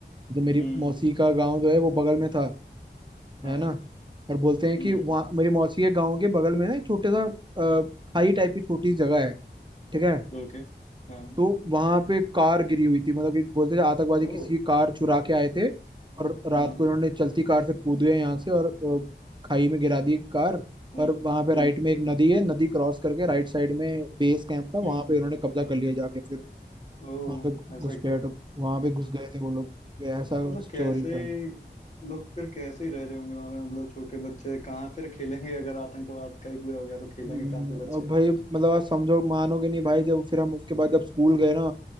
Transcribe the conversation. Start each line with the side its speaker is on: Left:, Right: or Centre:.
Right: जो मेरी
Left: हम्म
Right: मौसी का गाँव जो है वो बगल में था
Left: हाँ
Right: है ना और बोलते हैं
Left: हम्म
Right: कि वहाँ मेरी मौसी के गाँव के बगल में ना एक छोटे सा अ, खाई टाइप की छोटी सी जगह है ठीक है
Left: ओके हाँ
Right: तो वहां पे कार गिरी हुई थी मतलब कि बोलते थे आतंकवादी किसी
Left: ओह
Right: की कार चुरा के आए थे और रात
Left: हाँ
Right: को इन्होंने चलती कार से कूद गए यहाँ से और अ, खाई में गिरा दी कार
Left: ओह
Right: और वहां पे राइट
Left: हम्म
Right: में एक नदी है नदी क्रॉस करके राइट साइड में बेस कैंप था वहां
Left: हम्म
Right: पे उन्होंने कब्जा कर लिया जाके फिर
Left: ओह
Right: वहां पे
Left: ऐसा
Right: घुसपैठ
Left: क्या
Right: वहां पे घुस गए थे वो लोग ये ऐसा
Left: मतलब
Right: स्टोरी
Left: कैसे
Right: था
Left: लोग फिर कैसे ही रह रहे होंगे वहां पे मतलब छोटे बच्चे कहाँ फिर खेलेंगे अगर आतंकवाद का ही पूरा हो गया तो खेलेंगे
Right: हम्म,
Left: कहाँ पे बच्चे
Right: और भाई मतलब आप समझो मानोगे नहीं भाई जब फिर हम उसके बाद जब स्कूल गए ना